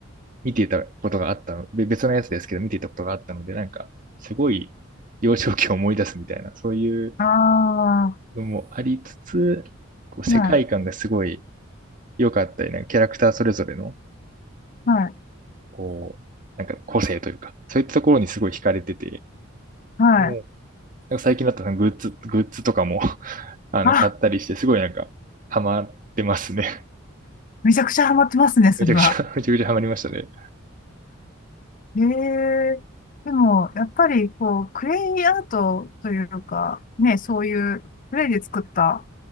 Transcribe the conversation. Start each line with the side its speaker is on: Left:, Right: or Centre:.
Right: 見ていたことがあったの、別のやつですけど、見ていたことがあったので、なんか、すごい幼少期を思い出すみたいな、そういう
Left: ああ
Right: のもありつつ、こう世界観がすごい
Left: はい。
Right: 良かったり、なんかキャラクターそれぞれの、
Left: はい。
Right: こう、なんか個性というか、そういったところにすごい惹かれてて、
Left: はい。
Right: もう、なんか最近だったらグッズ、グッズとかも <laughs> あの、
Left: あ
Right: 買ったりして、すごいなんか、ハマってますね。
Left: めちゃくちゃハマってますね、それは。
Right: めちゃくちゃ、めちゃくちゃハマりましたね。
Left: へえ。でも、やっぱり、こう、クレイアートというか、ね、そういうクレイで作った